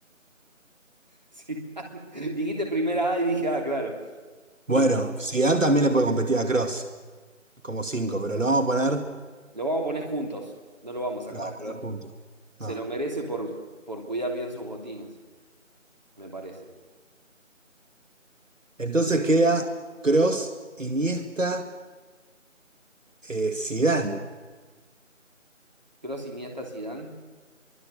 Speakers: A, on the right; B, on the right.
A: Sí. Dijiste primera A y dije, ah, claro. Primera-
B: Bueno, Zidane también le puede competir a Cross como cinco pero lo vamos a poner,
A: Lo vamos a poner juntos. No lo vamos a
B: lo
A: sacar
B: vamos
A: a Kroos.
B: a poner juntos.
A: Se
B: No.
A: lo merece por, por cuidar bien sus botines, me parece.
B: Entonces queda Cross, Iniesta, eh, Zidane.
A: Kroos, Iniesta, Zidane